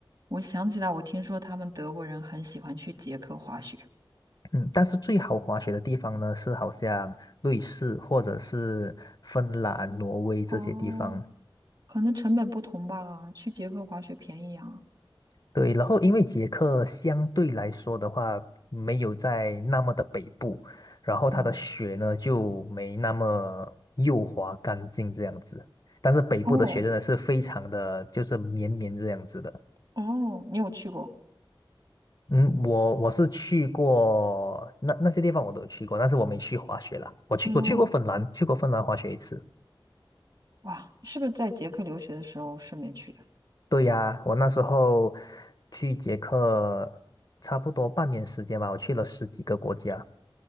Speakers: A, on the right; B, on the left.
A: 我想起来，我听说他们德国人很喜欢去捷克滑雪，
B: 嗯，但是最好滑雪的地方呢，是好像瑞士或者是芬兰、挪威这些地方。
A: 哦可能成本不同吧，去捷克滑雪便宜啊。
B: 对，然后因为捷克相对来说的话，没有在那么的北部，然后它的雪呢就没那么幼滑干净这样子。
A: 嗯，
B: 但是北部的雪真的是非常的，
A: 哦
B: 就是绵绵这样子的。
A: 哦，你有去过？
B: 嗯，我我是去过那那些地方我都有去过，但是我没去滑雪啦。我去我去过芬兰，
A: 嗯，
B: 去过芬兰滑雪一次。
A: 哇，是不是在捷克留学的时候顺便去的？
B: 对呀，我那时候去捷克差不多半年时间吧，我去了十几个国家。